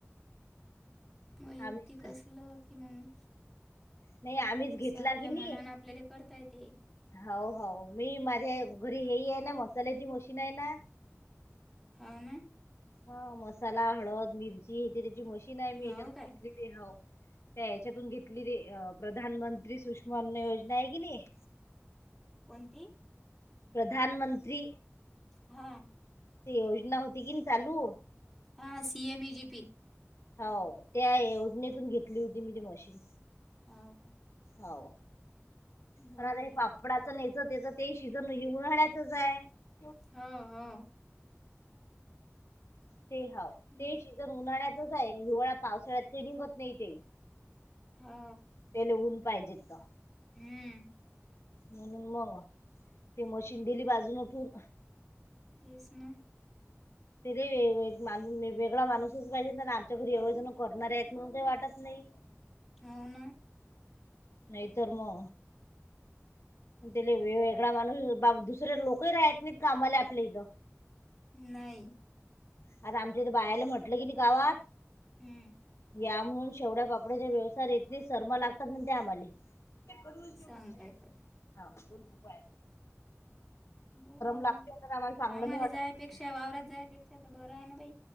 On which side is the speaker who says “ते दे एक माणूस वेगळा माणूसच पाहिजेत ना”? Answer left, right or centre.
Left